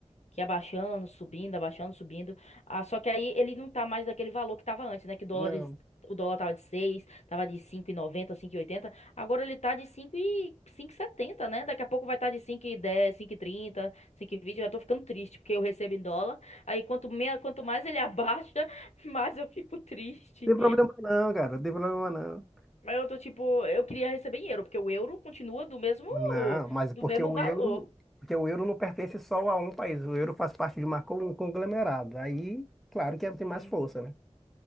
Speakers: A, on the left; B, in the centre.
A: que ia abaixando, subindo, abaixando, subindo. Ah, só que aí ele não tá mais daquele valor que tava antes, né? Que dólares,
B: Não, não
A: o dólar tava de 6, tava de cinco cinco e noventa, cinco e oitenta, Agora ele tá de cinco e cinco e setenta, né? Daqui a pouco vai estar tá de cinco e dez, cinco e trinta, cinco e vinte. Eu já tô ficando triste porque eu recebo em dólar. Aí quanto, menos, quanto mais ele abaixa, <laughs> mais eu fico triste.
B: tem problema não, cara. Não tem problema não.
A: Mas eu tô tipo, eu queria receber em euro, porque o euro continua do mesmo
B: Não, mas porque
A: do mesmo
B: o
A: valor.
B: euro, porque o euro não pertence só a um país. O euro faz parte de uma con- um conglomerado. Aí, claro que é, tem
A: Hum,
B: mais força, né?